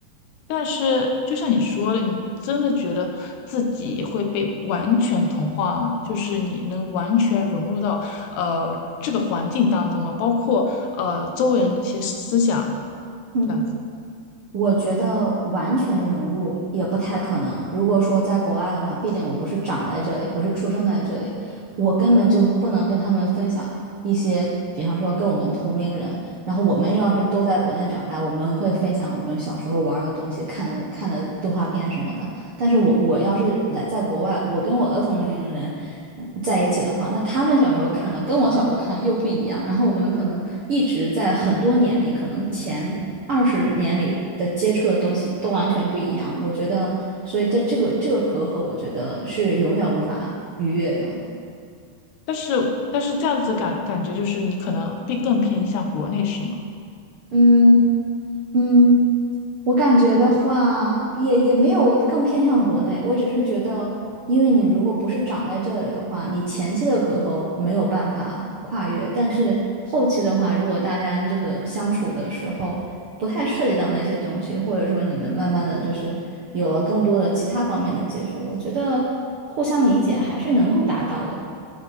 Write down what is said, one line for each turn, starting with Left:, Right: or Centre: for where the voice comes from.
Left: 但是就像你说的，你真的觉得自己会被完全同化吗？就是你能完全融入到呃这个环境当中吗？包括呃周围人的一些思想
Right: 嗯，
Left: 这样子。
Right: 我觉得完全融入也不太可能。如果说在国外的话，毕竟我不是长在这里，不是出生在这里，我根本就不能跟他们分享一些，比方说跟我们同龄人。然后我们要是都在国内长大，我们会分享我们小时候玩儿的东西、看的看的动画片什么的。但是我我要是来在国外，我跟我的同龄人嗯在一起的话，那他们小时候看的跟我小时候看又不一样。然后我们可能一直在很多年里，可能前。二十年里的接触的东西都完全不一样。我觉得，所以在这个这个隔阂，我觉得是永远无法逾越的。
Left: 但是但是这样子感感觉就是你可能并更偏向国内是吗？
Right: 嗯，嗯，我感觉的话，也也没有更偏向国内。我只是觉得，因为你如果不是长在这里的话，你前期的隔阂没有办法跨越。但是后期的话，如果大家这个相处的时候不太涉及到那些东西，或者说你们慢慢的就是有了更多的其他方面的接触，我觉得互相理解还是能够达到的。